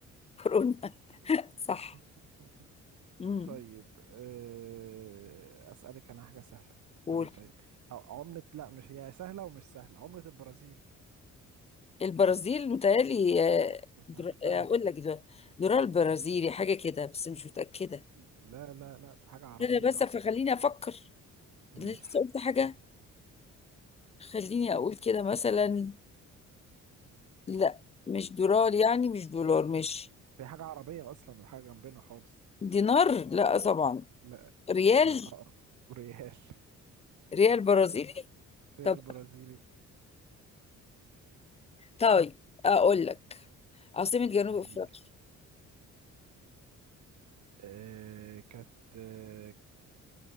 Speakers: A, on the left (about 20°); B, on the right (about 70°).
A: كورونا. صح
B: <laughs>
A: امم
B: طيب آه، أسألك أنا حاجة سهلة
A: قول
B: أنا طيب ه- عملة لا مش هي سهلة ومش سهلة عملة البرازيل
A: البرازيل متهيألي آه،
B: كنت
A: در...
B: عارفها
A: آه، اقول
B: دي
A: لك ده درار برازيلي حاجه كده بس مش متاكده
B: لا لا لا دي حاجة عربية
A: انا بس
B: أصلا
A: فخليني افكر
B: ماشي
A: لسه قلت حاجه خليني اقول كده مثلا لا مش دولار يعني مش دولار مش
B: هي حاجة عربية أصلا وحاجة جنبنا خالص
A: دينار لا طبعا
B: لا
A: ريال
B: لا أقرب ريال
A: ريال برازيلي
B: <laughs> ريال
A: طب
B: برازيلي
A: طيب اقول لك عاصمه جنوب
B: قولي
A: افريقيا
B: لي آه كانت آه